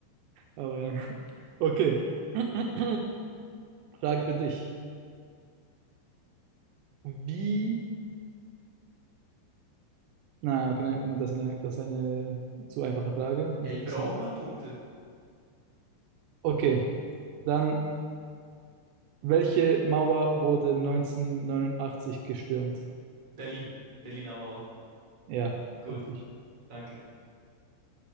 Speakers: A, on the right; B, on the right.
A: Aber ja. <laughs> Okay. <clears throat> Frage für dich. Wie. Na, okay, nein, das ist eine, das ist eine zu einfache Frage. Muss
B: Ja, ich
A: ein
B: brauche
A: bisschen.
B: auch mal Punkte.
A: Okay. Dann, welche Mauer wurde 1989 gestürmt?
B: Berlin. Berliner Mauer.
A: Ja,
B: Gut,
A: richtig.
B: danke.